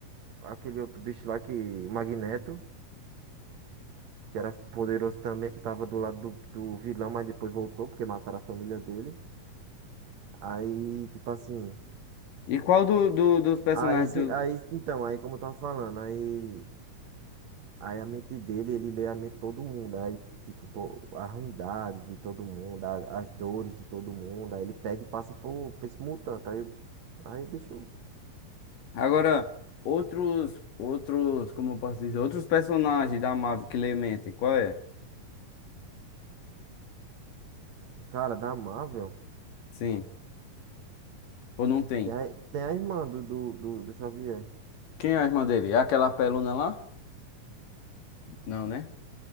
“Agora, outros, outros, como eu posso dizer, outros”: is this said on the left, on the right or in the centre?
Left